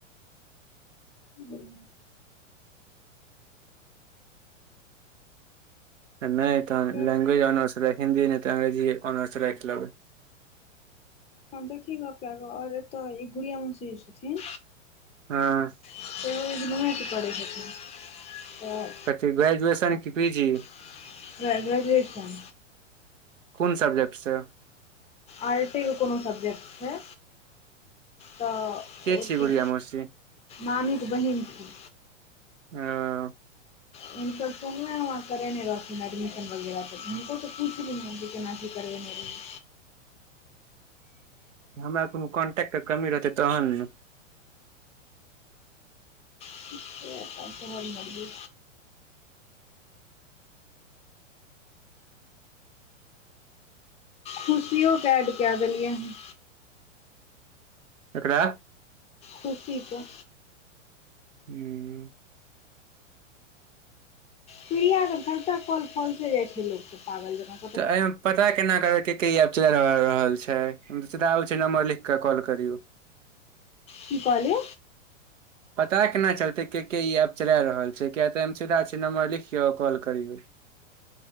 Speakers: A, on the left; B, on the right.
A: हं
B: आ नय तहन
A: देखी
B: लैंग्वेज ऑनर्स रख हिन्दी नहि त अंग्रेजी ओनर्स रैख लेबै।
A: हँ देखी गप कैर क आर एतऽ ईगुड़िया मोसी जे छथिन।
B: हँ
A: सेहो इग्नुए स करै छथिन। तऽ
B: कथी ग्रेजुएशन की पी जी
A: <unintelligible> ग्रेजुएशन
B: कोन सब्जेक्ट स
A: आर टी क कोनो सब्जेक्ट छै। तऽ
B: के
A: ओते
B: छी गुड़िया मौसी
A: मामीक बहिन छी।
B: आअ
A: हसभ सोनुये ममा करेने रहथिन एडमिशन वगैरह त हुनकेस पुईछलींहे जे केना की करबेने रही
B: हमरा कोनो कॉन्टैक्ट क कमी रहतै तहन न
A: <unintelligible> तोहर मर्जी। खुशियोक ऐड काय देलियै हन
B: केकरा
A: खुशी कऽ
B: हूँ
A: सुइया के काॅन्टेक्ट काॅल फाॅल्से जाय छैले पागल जकाॅ।
B: तऽ एहिमे पता केना करै क के आब चला रहल छै दोसरा आबय छै नम्बर लिख के कॉल करियौ।
A: की कहली
B: पता केना चलते के के ई ऐप चला रहल छै किया तऽ अय म सीधा छै नंबर लिखियो कॉल करियऔ।